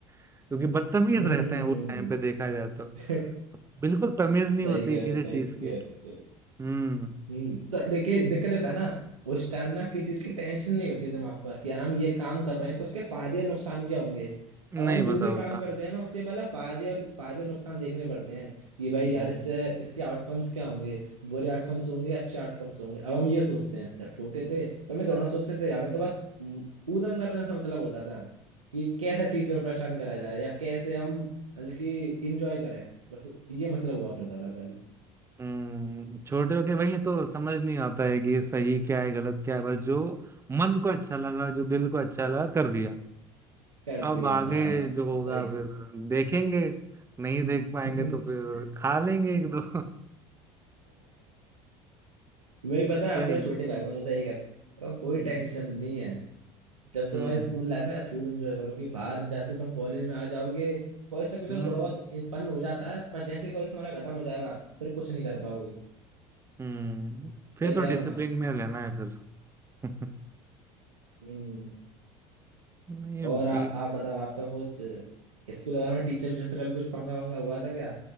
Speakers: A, on the right; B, on the right.
A: क्योंकि बदतमीज
B: हम्म
A: रहते
B: हम्म
A: हैं वो
B: हम्म
A: टाइम पे देखा जाए तो
B: <laughs>
A: बिल्कुल तमीज नहीं
B: सही
A: होती
B: कह
A: किसी
B: रहे हो सही
A: चीज
B: कह रहे हो
A: हम्म
B: हम्म, तो देखिए दिक्कत ये होता है ना उस टाइम ना किसी चीज की टेंशन नहीं होती दिमाग पर कि यार हम ये काम कर रहे हैं तो उसके फायदे और नुकसान क्या होंगे
A: नहीं
B: अब हम जो
A: पता
B: भी काम
A: होता
B: करते हैं ना उसके पहले फायदे और फायदे और नुकसान देखने पड़ते हैं कि भाई यार
A: हम्म
B: इससे इसके आउटकम्स क्या होंगे बुरे आउटकम्स होंगे अच्छे आउटकम्स होंगे अब हम ये सोचते हैं जब छोटे थे तो हम ये दोनों सोचते थे हमें तो बस हम्म, ऊधम करने से मतलब होता था कि कैसे टीचर को परेशान करा जाए या कैसे हम मतलब कि इंजॉय करें बस ये मतलब हुआ करता था पहले
A: हम्म छोटे होके वही तो समझ नहीं आता है कि सही क्या है गलत क्या है बस जो मन को अच्छा लगा जो दिल को अच्छा लगा कर दिया
B: कर
A: अब
B: दिया
A: आगे
B: हाँ
A: जो होगा
B: सही
A: फिर देखेंगे नहीं देख पाएंगे
B: <laughs>
A: तो फिर खा लेंगे एक दो
B: मैं ही पता
A: <laughs>
B: है
A: यही
B: अपने छोटे भाई बहनों से यही कहता हूँ कोई
A: हम्म
B: टेंशन नहीं है जब तुम्हारी
A: हम्म
B: स्कूल लाइफ है खूब एंजॉय करो कि बाहर जैसे तुम कॉलेज में आ जाओगे कॉलेज तक भी चलो
A: हम्म
B: थोड़ा बहुत फन हो जाता है बस जैसे ही कॉलेज तुम्हारा खत्म हो जाएगा फिर कुछ नहीं कर पाओगे
A: हम्म फिर
B: तो ये
A: तो
B: कह
A: डिसिप्लिन
B: रहा हूँ ना
A: में रहना है फिर <laughs>
B: हम्म।
A: नहीं अब
B: और आ,
A: ठीक
B: आप बताओ आपका कुछ स्कूल वगैरह में टीचर वीचर से कभी कुछ पंगा वंगा हुआ था क्या